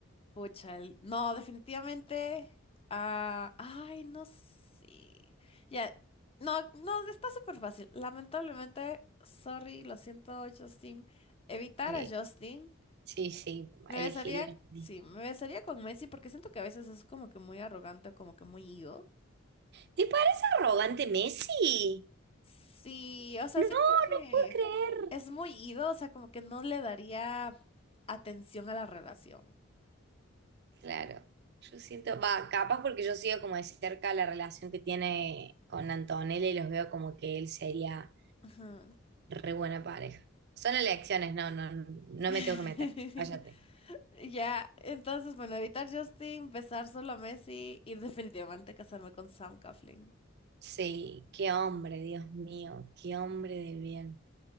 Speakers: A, on the left; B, on the right.
A: Pucha, el- no, definitivamente. Ah, ay, no sé. Ya. No, no, está súper fácil. Lamentablemente, sorry, lo siento, Justin. Evitar
B: Sí,
A: a Justin.
B: sí, sí,
A: Me
B: elegiría.
A: besaría,
B: a
A: sí,
B: mí.
A: me besaría con Messi porque siento que a veces es como que muy arrogante o como que muy ego.
B: ¿Te parece arrogante Messi?
A: Sí, o sea,
B: No,
A: siento
B: no
A: que
B: puedo creer.
A: es muy ido, o sea, como que no le daría atención a la relación.
B: Claro, yo siento, va, capaz porque yo sigo como de cerca la relación que tiene con Antonella y los veo como que él sería
A: Ajá.
B: Re buena pareja. Son elecciones, no, no, no
A: <laughs>
B: me tengo que meter. Cállate.
A: Ya, entonces, bueno, evitar Justin, besar solo a Messi y definitivamente casarme con Sam Coughlin.
B: Sí, qué hombre, Dios mío, qué hombre de bien.